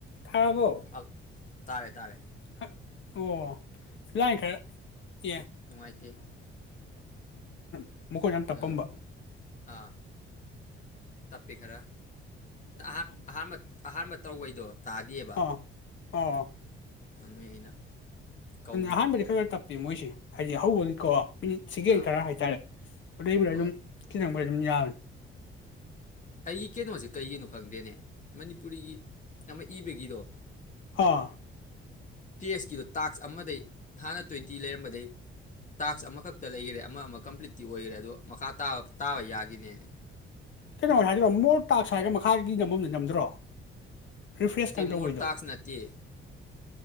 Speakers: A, on the left (about 65°); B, on the left (about 35°).
A: ꯇꯥꯔꯕꯣ
B: ꯍꯜꯂꯣ ꯇꯥꯔꯦ ꯇꯥꯔꯦ
A: ꯑ ꯑꯣ ꯂꯥꯏ ꯈꯔ ꯑꯦ
B: ꯅꯨꯡꯉꯥꯏꯇꯦ
A: <unintelligible> <unintelligible> ꯇꯞꯄꯝꯕ
B: ꯑꯥ ꯑꯥ ꯇꯞꯄꯤ ꯈꯔ ꯑꯍꯥꯟ ꯑꯍꯥꯟꯕ ꯑꯍꯥꯟꯕ ꯇꯧꯕꯩꯗꯣ ꯇꯥꯗꯦꯕ
A: ꯑꯥ ꯑꯣ
B: ꯅꯣꯏ ꯑꯩꯅ ꯀꯧꯔꯤꯗꯣ
A: ꯑꯍꯥꯟꯕꯗꯤ
B: ꯑꯗꯨꯝ
A: ꯈꯔ ꯇꯞꯄꯤ ꯃꯣꯏꯁꯦ ꯍꯥꯏꯗꯤ ꯍꯧꯕꯅꯤꯀꯣ <unintelligible>
B: ꯑꯥ ꯍꯣꯏ
A: ꯑꯣꯏꯔꯝ ꯌꯥꯕꯅꯦ
B: ꯑꯩꯒꯤ ꯀꯩꯅꯣꯁꯦ ꯀꯩꯒꯤꯅꯣ ꯈꯪꯗꯦꯅꯦ ꯃꯅꯤꯄꯨꯔꯤꯒꯤ ꯑꯃ ꯏꯕꯒꯤꯗꯣ
A: ꯑꯥ
B: ꯇꯦꯁꯀꯤꯗꯨꯣ ꯇꯥꯛꯁ ꯑꯃꯗꯩ ꯍꯥꯟꯅ ꯇ꯭ꯋꯦꯟꯇꯤ ꯂꯩꯔꯝꯕꯗꯒꯤꯩ ꯇꯥꯛꯁ ꯑꯃꯈꯛꯇ ꯂꯩꯈꯔꯦ ꯑꯃ ꯑꯃ ꯀꯝꯄ꯭ꯂꯤꯠꯇꯤ ꯑꯣꯏꯈꯔꯦ ꯑꯗꯣ ꯃꯈꯥ ꯇꯥꯕ ꯌꯥꯈꯤꯅꯦ
A: ꯀꯩꯅꯣ ꯑꯣꯏꯔ ꯍꯥꯏꯗꯣꯏꯣ ꯃꯣꯔ ꯇꯥꯛꯁ ꯍꯥꯏꯔꯒ ꯃꯈꯥꯗꯤ ꯅꯝꯕꯝꯗ ꯅꯝꯗ꯭ꯔꯣ ꯔꯤꯐ꯭ꯔꯦꯁ
B: ꯇꯦ
A: ꯀ ꯇꯧꯕꯩꯗꯣ
B: ꯃꯣꯔ ꯇꯥꯛꯁ ꯅꯠꯇꯦ